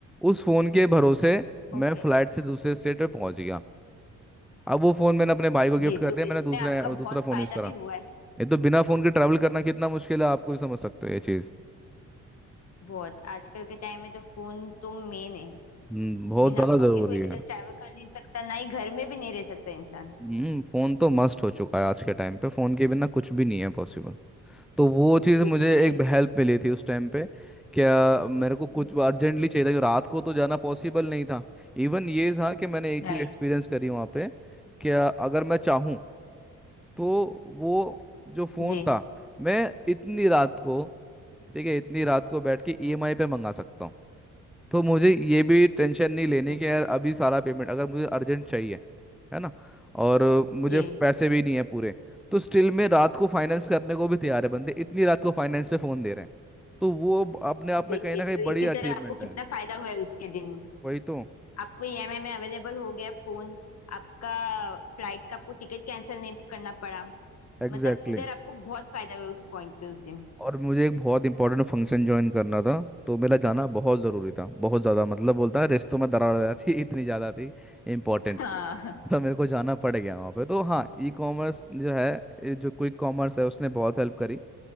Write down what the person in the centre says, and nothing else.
उस फोन के भरोसे
मैं फ्लाइट से दूसरे स्टेट पे पहुंच गया अब वो फोन मैंने अपने भाई को गिफ्ट
कर
दिया मैंने
दूसरे
दूसरा फोन
यूज करा
ये तो बिना फोन के ट्रैवल करना कितना मुश्किल है आपको भी समझ सकते हो ये चीज
हम्म बहुत
ज्यादा
जरूरी
है
हम्म फोन तो मस्ट हो चुका है आज के टाइम पे फोन के बिना कुछ भी नहीं है पॉसिबल तो वो चीज़
मुझे
एक हेल्प मिली थी उस टाइम पे क्या मेरे को कुछ अर्जेंटली चाहिए था क्योंकि रात को तो जाना पॉसिबल नहीं था इवन ये था कि मैंने एक
चीज़ एक्सपीरियंस करी वहाँ पे क्या अगर मैं चाहूँ तो वो जो फ़ोन
था मैं इतनी रात को ठीक है इतनी रात को बैठ के ईएमआई पे मंगा सकता हूँ तो मुझे ये भी टेंशन नहीं लेनी
कि यार अभी सारा पेमेंट अगर मुझे अर्जेंट चाहिए है ना और मुझे
पैसे भी नहीं है पूरे तो स्टिल में रात को फाइनेंस करने को भी तैयार है बंदे इतनी रात को फाइनेंस पे फोन दे रहे हैं तो वो ब- अपने आप में
कहीं ना कहीं
बड़ी
अचीवमेंट
है
वही तो
Exactly
exactly.
और मुझे एक बहुत इंपॉर्टेंट फंक्शन ज्वाइन करना था तो मेरा जाना बहुत ज़रूरी था बहुत ज़्यादा मतलब बोलता है रिश्तों में दरार आ जाती <laughs> इतनी ज़्यादा थी इंपॉर्टेंट
तो मेरे को जाना पड़ गया वहाँ पे तो हाँ ई कॉमर्स जो है ये जो क्विक कॉमर्स है उसने बहुत हेल्प करी